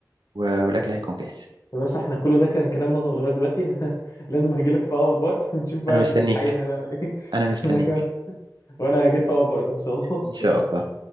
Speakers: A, on the right (about 80°); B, on the left (about 50°).
A: و- والاكل هيكون جاهز
B: يا باشا احنا كل ده كان كلام نظري لغاية دلوقتي أنا <laughs> لازم هجيلك في أقرب وقت ونشوف بقى
A: انا مستنيك
B: في الحقيقة هنعمل إيه
A: انا
B: <laughs>
A: مستنيك
B: أنا كمان وأنا جاي في أقرب وقت إن شاء الله
A: ان شاء الله